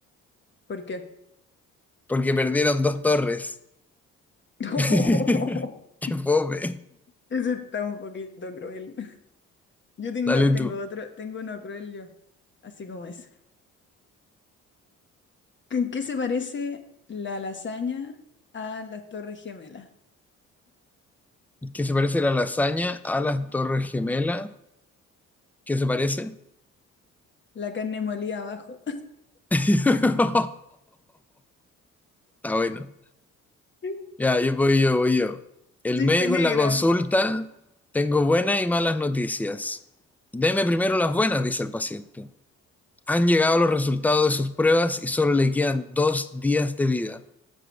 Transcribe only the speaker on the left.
¿Por qué?
<laughs>
Ese está un poquito cruel. Yo tengo,
tengo
otro, tengo uno cruel yo, así como ese. ¿En qué se parece la lasaña a las Torres Gemelas?
La carne molida abajo.
<laughs>
Chiste
negro.